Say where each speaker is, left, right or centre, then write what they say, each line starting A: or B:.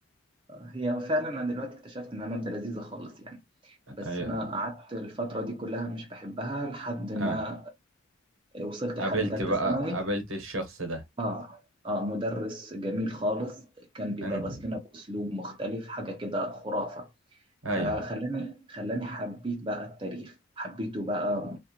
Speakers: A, on the right (about 25°); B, on the right (about 75°).
A: هي فعلا أنا دلوقتي اكتشفت إنها مادة لذيذة خالص يعني بس
B: ايوه
A: أنا قعدت الفترة دي كلها مش بحبها لحد ما
B: اه
A: آه، وصلت
B: قابلت
A: لحد تالتة
B: بقى
A: ثانوي
B: قابلت الشخص ده
A: آه آه مدرس جميل خالص كان بيدرس
B: أمم.
A: لنا بأسلوب مختلف حاجة كده خرافة
B: ايوه
A: فخلاني خلاني حبيت بقى التاريخ حبيته بقى